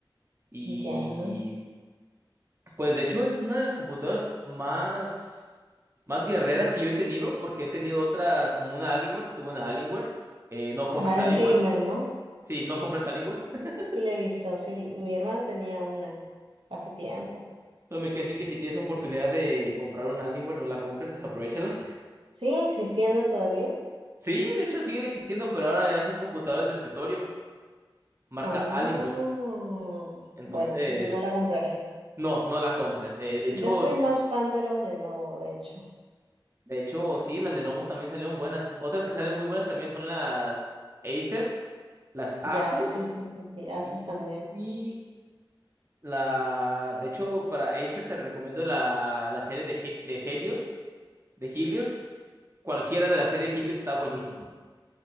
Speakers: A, on the right; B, on the right.
A: Y
B: ya.
A: pues de hecho es una de las computadoras más, más guerreras que yo he tenido porque he tenido otras como una Alienware, tuve una Alienware. Eh, no compres
B: Ah,
A: Alienware.
B: es gamer, ¿no?
A: Sí, no compres Alienware. <laughs>
B: Sí, le he visto. Sí, mi hermano tenía una hace tiempo.
A: Entonces me quiere decir que si tienes oportunidad de comprar una Alienware, no la compres, desaprovechala.
B: ¿Sigue existiendo todavía?
A: Sí, de hecho siguen existiendo, pero ahora ya hacen computadoras de escritorio. marca
B: Ah,
A: Alienware. Entonces,
B: bueno, no la compraré.
A: no, no la compres. Eh, de
B: Yo
A: hecho,
B: soy más fan de los Lenovo, de hecho.
A: de hecho, sí, las Lenovo también salieron buenas. Otras que salen muy buenas también son las Acer, las Asus
B: Ya, sí, sí, sí, sí. Asus
A: y,
B: también.
A: y la... De hecho, para Acer te recomiendo la, la serie de, He- de Helios, de Helios. Cualquiera de la serie de Helios está buenísima.